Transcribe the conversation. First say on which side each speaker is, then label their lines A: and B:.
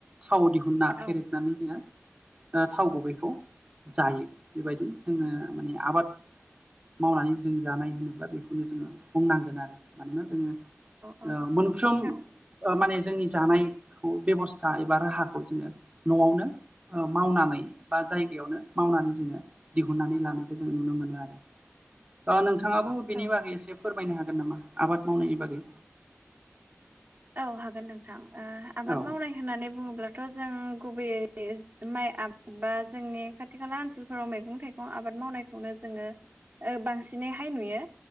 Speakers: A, on the right; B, on the right.
A: थाव दिहुनना
B: औ
A: फेरेदनानै जोङो ओ थाव ओ गुबैखौ जायो बेबायदि जोङो माने आबाद मावनानै जों जानाय होनोब्ला बेखौनो जोङो बुंनांगोन आरो मानोना जोङो ओ
B: औ
A: मोनफ्रोम।
B: औ
A: ओ माने जोंनि जानायखौ बेब'स्था एबा राहाखौ जोङो। न'आवनो मावनानै बा जाय। यावनो मावनानै जोङो दिहुननानै लानायखौ जोङो नुनो मोनो आरो नोंथांङाबो। बिनि
B: औ
A: बागै एसे फोरमायनो हागोन नामा आबाद मावनायनि बागै।
B: औ हागोन नोंथां ओ आबाद
A: औ
B: मावनाय। होननानै बुङोब्लाथ' जों गुबैयै माइ आबाद बा जोंनि खाथि खाला ओनसोलफोराव मैगं थाइ गं आबाद मावनायखौनो जोङो ओ बांसिनैहाय नुयो।